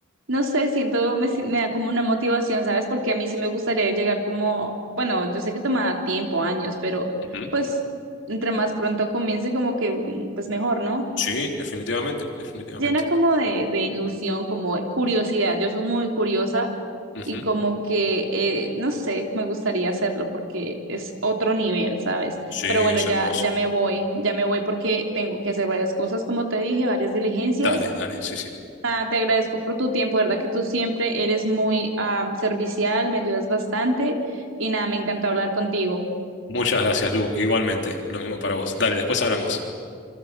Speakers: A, on the right; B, on the left.
A: no sé, siento, me, si- me da como una motivación, ¿sabes? Porque a mí sí me gustaría llegar como, bueno, yo sé que toma tiempo, años, pero
B: Ujú.
A: pues entre más pronto comience, como que, mm, pues mejor, ¿no?
B: Sí, definitivamente, definitivamente.
A: llena como de, de ilusión, como de curiosidad. Yo soy muy curiosa
B: Ujú.
A: y como que, eh, no sé, me gustaría hacerlo porque es otro nivel, ¿sabes?
B: Sí,
A: Pero bueno,
B: es
A: ya,
B: hermoso.
A: ya me voy, ya me voy porque tengo que hacer varias cosas, como te dije, varias diligencias.
B: Dale, dale, sí, sí.
A: Nada, te agradezco por tu tiempo, ¿verdad? Que tú siempre eres muy am, servicial, me ayudas bastante y nada, me encantó hablar contigo.
B: Muchas gracias, Lu. Igualmente, lo mismo para vos. Dale, después hablamos.